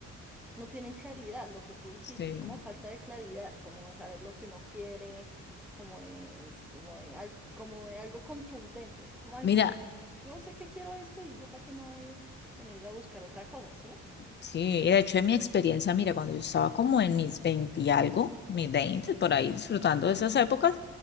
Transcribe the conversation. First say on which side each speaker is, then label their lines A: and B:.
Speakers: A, in the centre; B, on the left (about 35°).
A: no tienen claridad, lo que tú dijiste,
B: Sí.
A: es como falta de claridad, como de saber lo que uno quiere, como de, es como de, al- como de algo contundente, así como, ay,
B: Mira,
A: yo sé que, yo sé que quiero esto y yo para qué me voy a poner a buscar otra cosa, ¿sí?
B: Sí, de hecho, en mi experiencia, mira, cuando yo estaba como en mis 20 y algo, mis 20 por ahí disfrutando de esas épocas,